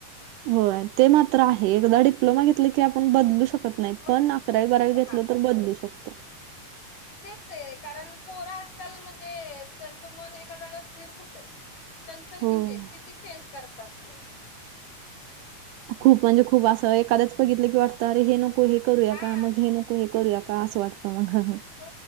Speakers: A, on the right (about 80°); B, on the left (about 80°).
A: होय ते मात्र आहे एकदा डिप्लोमा घेतलं की आपण बदलू शकत नायी
B: मग
A: पण अकरावी बारावी घेतलं तर बदलू शकतो
B: तेचय, कारण पोरं आजकाल म्हणजे त्यांचं मन एका जागेवर स्थिर कुठंय? चंचल
A: होय.
B: कितीये, किती चेंज करतात ते?
A: खूप म्हणजे खूप असं एखाद्याच बघितलं की वाटतं अरे हे नको हे करूया
B: हा
A: का मग हे नको हे करूया का. का अस वाटत मग.
B: हो